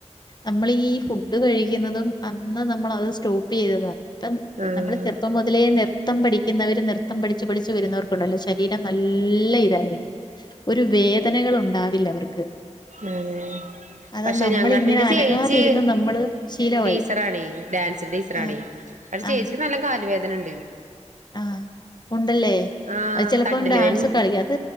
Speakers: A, on the left; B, on the right.
A: നമ്മൾ ഫുഡ് കഴിക്കുന്നതും അന്ന് നമ്മൾ അത് സ്റ്റോപ്പ് ചെയ്തതാ ഇപ്പം
B: ആഹ്
A: നമ്മള് ചെറുപ്പം മുതലേ നി നൃത്തം പഠിക്കുന്നവര് നൃത്തം പഠിച്ച് പഠിച്ച് വരുന്നവർക്കുണ്ടല്ലോ ശരീരം നല്ല ഇതായിരിക്കും ഒരു വേദനകൾ ഉണ്ടാവില്ല അവർക്ക്
B: ഉം
A: അത്
B: പക്ഷെ
A: നമ്മളിങ്ങനെ
B: ഞങ്ങളെ എന്റെ
A: അനങ്ങാതിരുന്ന്
B: ചേച്ചി
A: നമ്മള് ശീലമായി.
B: ടീച്ചറ ആണേ ഡാൻസിന്റെ ടീച്ചറണേ
A: ആഹ്
B: പക്ഷെ ചേച്ചിക്ക്
A: ആ
B: നല്ല കാല വേദനണ്ട്
A: ആഹ് ഉണ്ടല്ലേ
B: ആഹ്
A: അത് ചിലപ്പോ
B: തണ്ടല്
A: ഡാൻസ്ക്കെ
B: വേദനയുണ്ട്
A: കളിക്ക അത്